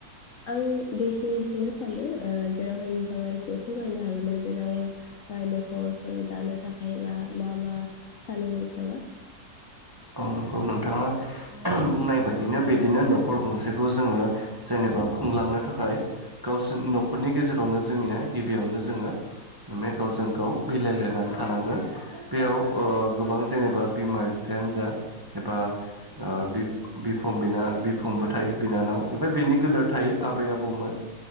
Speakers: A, on the left (about 60°); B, on the right (about 15°).
A: आं बेखिनिखौनो सानो जेरावहाय नोंथाङा एसे फोरमायनो हागोन ना जेराव न'खरखौ दानो थाखाय मा मा मा सानो नोंथाङा
B: <inaudible> औ नंगौ नोंथाङा बुंनाय बायदिनो बिदिनो न'खर गंसेखौ जोङो जेनेबा एबा खुंलांनो थाखाय गावसोर न'खरनि गेजेरावनो जोंनिया गिबियावनो जोङो माने गावजों गाव मिलायलायनानै थानांगोन बेयाव ओ गोबां जेनेबा बिमा बिफायानो जा एबा बिफ-बिफंबो थायो बिनानाव एबा नि गोदर थायो आबै आबौमोन